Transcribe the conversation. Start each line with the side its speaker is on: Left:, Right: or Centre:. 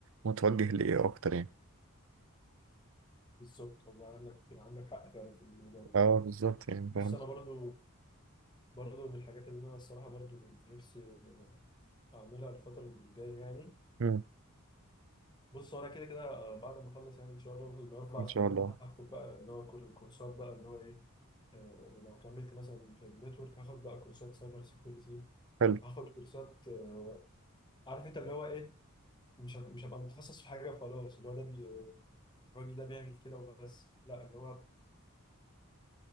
Right: متوجه لإيه أكتر يعني
Left: بالظبط والله عندك عندك حق فعلا في الموضوع ده
Right: أه بالظبط يعني
Left: بص
Right: فاهم
Left: انا برضو برضو من الحاجات اللي انا الصراحه برضو نفسي اعملها الفتره الجايه يعني
Right: مم،
Left: بص هو انا كده كده آه، بعد ما اخلص يعني ان شاء الله الاربع
Right: إن
Left: سنين
Right: شاء الله
Left: هاخد بقى اللي هو كور- كورسات بقى اللي هو ايه آه، لو كملت مثلا في النتورك هاخد بقى كورسات سايبر سيكيورتي
Right: حلو
Left: هاخد كورسات آه، عارف انت اللي هو ايه مش ه- مش هبقى متخصص في حاجه وخلاص اللي هو ده بي... الراجل ده بيعمل كده وبس لا اللي هو